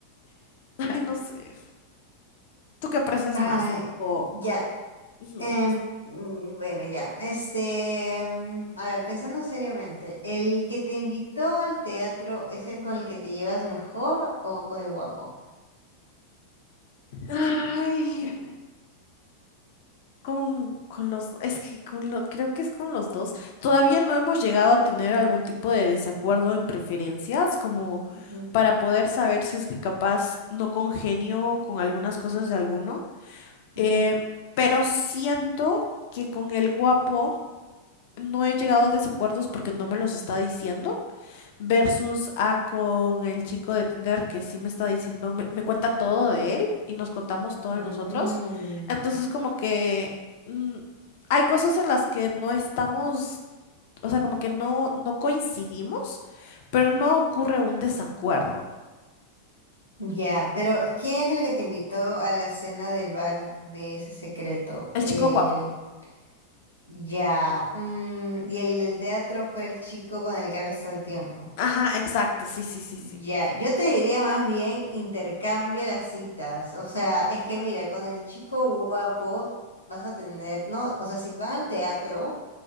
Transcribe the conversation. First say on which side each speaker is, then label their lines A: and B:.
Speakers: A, on the left (about 50°); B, on the left (about 85°).
A: <laughs> Ay, no sé. ¿Tú qué aprecias
B: Ay,
A: más? O,
B: ya.
A: ujú,
B: em,
A: no sé.
B: mm, bueno, ya. Este, mm, a ver, pensando seriamente, ¿el que te invitó al teatro es el con el que te llevas mejor o con el guapo?
A: Ay, Con, con los, es que con lo, creo que es con los dos. Todavía no hemos llegado a tener algún tipo de desacuerdo en preferencias, como
B: Ujú,
A: para poder saber si es que capaz no congenio con algunas cosas de alguno.
B: ujú.
A: Eh, pero siento que con el guapo no he llegado a desacuerdos porque no me los está diciendo. Versus a con el chico de Tinder que sí me está diciendo, me, me cuenta todo de él y nos contamos todo de
B: Mm.
A: nosotros. Entonces como que mm, hay cosas en las que no estamos, o sea, como que no, no coincidimos, pero no ocurre un desacuerdo.
B: Ya, pero ¿quién es el que te invitó a la cena del bar de ese secreto?
A: El
B: El...
A: chico guapo.
B: Ya, mm, y el del teatro fue el chico con el que hablas todo el tiempo.
A: Ajá, exacto, sí, sí, sí,
B: Ya,
A: sí.
B: yo te diría más bien intercambia las citas. O sea, es que mira, con el chico guapo vas a tener, no, o sea, si van al teatro.